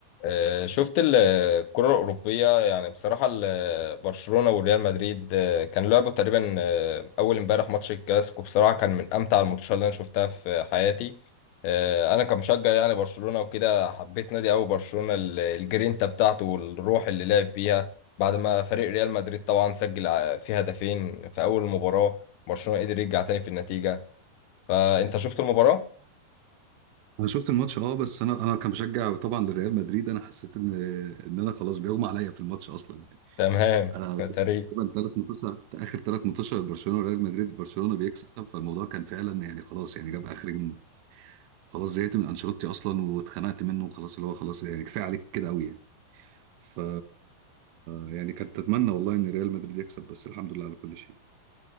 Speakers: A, on the left; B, on the right.
A: آه، شفت ال- الكرة الأوروبية يعني بصراحة ال- برشلونة وريال مدريد آه، كان لعبوا تقريبا آه، أول امبارح ماتش الكلاسيكو بصراحة كان من أمتع الماتشات اللي أنا شفتها في حياتي آه، أنا كمشجع يعني برشلونة وكده حبيت نادي أوي برشلونة ال- الجرينتا بتاعته والروح اللي لعب بيها بعد ما فريق ريال مدريد طبعا سجل ع- فيه هدفين في أول المباراة برشلونة قدر يرجع تاني في النتيجة فأنت شفت المباراة؟
B: انا شفت الماتش اه بس انا انا كان بشجع طبعا لريال مدريد انا حسيت ان ان انا خلاص بيغمى عليا في الماتش اصلا يعني
A: تمام
B: انا
A: <laughs>
B: تقريبا
A: تاريخ
B: ثلاث ماتشات اخر ثلاث ماتشات برشلونه وريال مدريد برشلونه بيكسب فالموضوع كان فعلا يعني خلاص يعني جاب اخري منه خلاص زهقت من انشيلوتي اصلا واتخنقت منه وخلاص اللي هو خلاص يعني كفايه عليك كده قوي يعني ف يعني كنت اتمنى والله ان ريال مدريد يكسب بس الحمد لله على كل شيء